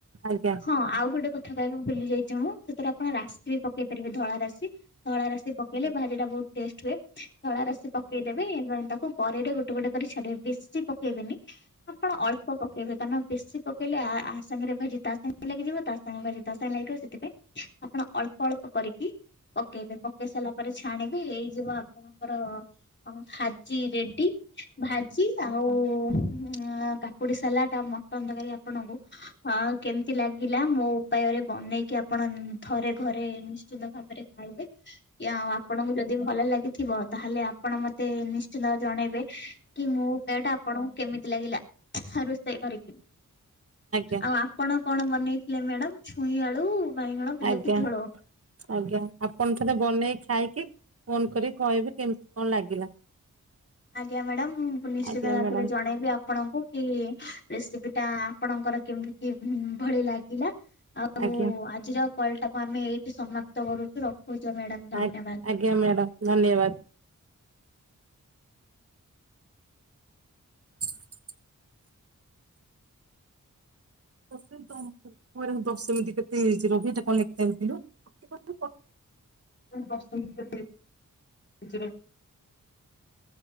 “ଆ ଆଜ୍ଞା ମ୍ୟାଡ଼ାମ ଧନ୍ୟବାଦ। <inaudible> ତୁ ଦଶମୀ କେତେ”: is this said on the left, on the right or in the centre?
Right